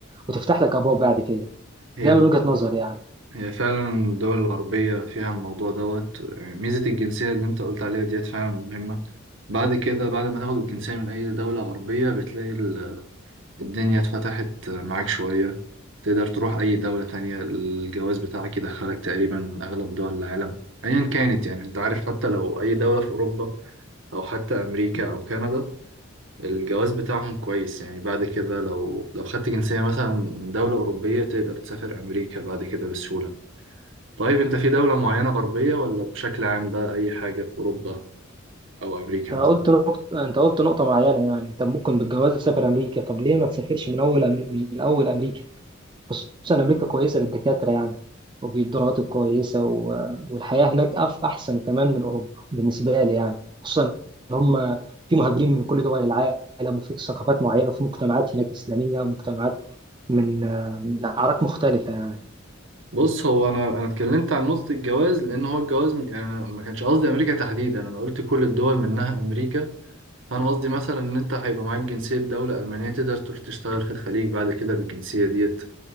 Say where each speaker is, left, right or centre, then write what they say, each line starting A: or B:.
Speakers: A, on the right (about 25°); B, on the right (about 70°).
A: وتفتح لك ابواب بعد كده
B: هي
A: ده من وجهه نظري يعني
B: هي فعلا الدول الغربية فيها الموضوع دوت يعني ميزة الجنسية اللي انت قلت عليها ديت فعلا مهمة بعد كده بعد ما تاخد الجنسية من أي دولة غربية بتلاقي ال- الدنيا اتفتحت معاك شوية تقدر تروح أي دولة تانية الجواز بتاعك يدخلك تقريبا أغلب دول العالم أيا كانت يعني انت عارف حتى لو أي دولة في أوروبا أو حتى أمريكا أو كندا الجواز بتاعهم كويس يعني بعد كده لو لو خدت جنسية مثلا من دولة أوروبية تقدر تسافر أمريكا بعد كده بسهولة طيب انت في دولة معينة غربية ولا بشكل عام بقى اي حاجة في اوروبا او امريكا
A: انت
B: مثلا
A: قلت نقطة انت قلت نقطه معينه يعني انت ممكن بالجواز تسافر امريكا طب ليه ما تسافرش من اول أم... من الاول امريكا خصوصا أمريكا كويسة للدكاترة يعني وبيدوا رواتب كويسة و- والحياة هناك أف أحسن كمان من أوروبا بالنسبة لي يعني خصوصا إن هم في مهاجرين من كل دول العالم وفي ثقافات معينة وفي مجتمعات هناك إسلامية ومجتمعات من آه، من أعراق مختلفة يعني
B: بص هو انا انا اتكلمت عن نقطة الجواز لان هو الجواز م- يعني أنا ما كانش قصدي امريكا تحديدا انا قلت كل الدول منها امريكا فانا قصدي مثلا ان انت هيبقى معاك جنسية دولة المانية تقدر تروح تشتغل في الخليج بعد كده بالجنسية ديت